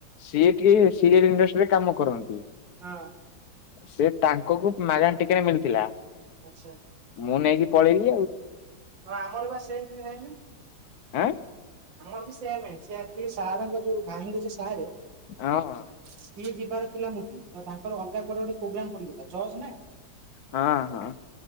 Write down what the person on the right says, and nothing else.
ହଁ
ଆଛା ଆଉ
ଆମର ବା ସେମ ନାନି।
ଆମର ବି ସେ ସେ ସାଙ୍କ ଯୋଉ ଭାଇଙ୍କୁଛ ସାରେ
ସିଏ ଯିବାର ଥିଲା ମୁ ତ ତାଙ୍କର ଅଲଗା ପରେ ଗୋଗ୍ର ପଡିଗଲା ଜଜ ନା।